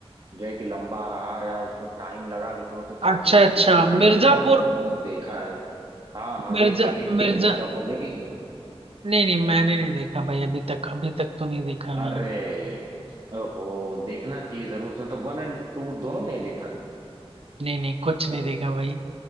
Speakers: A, on the right; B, on the right.
A: जो है कि लंबा रहा या उसमें टाइम लगा लेकिन वो तो था
B: अच्छा
A: कि भाई
B: अच्छा
A: देखना है
B: मिर्जापुर
A: देखना है वो तो हमने देखा है हाँ हाँ
B: मिर्जा
A: देखिए देखिए
B: मिर्जा
A: ना मिर्जापुर देखिए कि नहीं
B: नहीं नहीं मैंने नहीं देखा भाई अभी तक अभी तक तो नहीं देखा मैंने
A: अरे ओहो देखना चाहिए जरूर से मतलब वन एंड टू दोनों नहीं देखा
B: नहीं नहीं कुछ नहीं देखा भाई